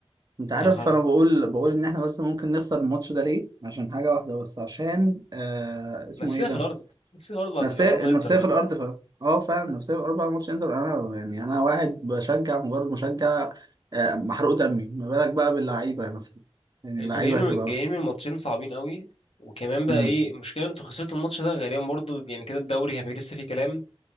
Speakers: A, on the right (about 40°); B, on the left (about 70°).
A: انت عارف
B: يعني خلاص
A: انا بقول بقول ان احنا بس ممكن نخسر الماتش ده ليه عشان حاجه واحده بس عشان آه اسمه
B: نفسية
A: ايه ده
B: في الأرض نفسية في الأرض بعد
A: نفسيه
B: العمر ما
A: النفسيه
B: إنتر
A: في
B: ده
A: الارض فعلا اه فعلا النفسيه في الاربع ماتش انتر انا يعني انا واحد بشجع مجرد مشجع آه محروق دمي ما بالك بقى باللعيبه مثلا يعني
B: يعني
A: اللعيبه
B: أنتوا جايين من...
A: هتبقى
B: جايين من ماتشين صعبين قوي وكمان بقى
A: امم
B: إيه المشكلة أنتوا خسرتوا الماتش ده غالبا برضه يعني كده الدوري هيبقى لسه فيه كلام